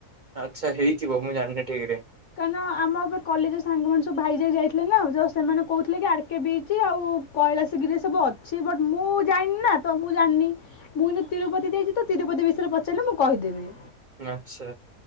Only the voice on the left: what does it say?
କାନ ଆମର ପା କଲେଜରେ ସାଙ୍ଗ ମାନେ ସବୁ ଭାଇଜାକ୍ ଯାଇଥିଲେ ନା ଯୋଉ ସେମାନେ କୋଉଥିଲେ କି ଆଡକେ ବିଚି ଆଉ କୈଳାଶ ଘିରି ରେ ସବୁ ଅଛି ବଟ୍ ମୁଁ ଯାଇନିନା ତ ମୁଁ ଜାନ୍ନି। ମୁଁ କିନ୍ତୁ ତିରୁପତି ଯାଇଚି ତ ତିରୁପତି ବିଷୟରେ ପଚାରିଲେ ମୁଁ କହିଦେବି।